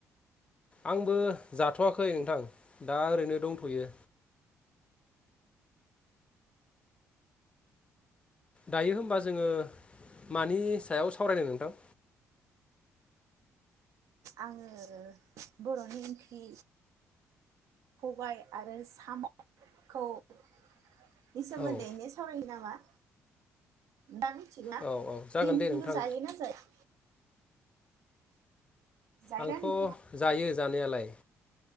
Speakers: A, on the left (about 20°); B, on the right (about 75°).
A: आंबो जाथवाखै नोंथां दा ओरैनो दंथयो दायो होनबा जोङो मानि सायाव सावरायदों नोंथां
B: आङो बरनि ओंख्रि सबाय आरो सामखौ बेनि सोमोन्दैनो
A: औ
B: सावरायो नामा? दा मिथिला
A: औ औ जागोन
B: बे ओंख्रिखौ
A: दे नोंथां
B: जायोना जाया? जायोना
A: आंथ
B: नोंथाङा
A: जायो। जानायालाय।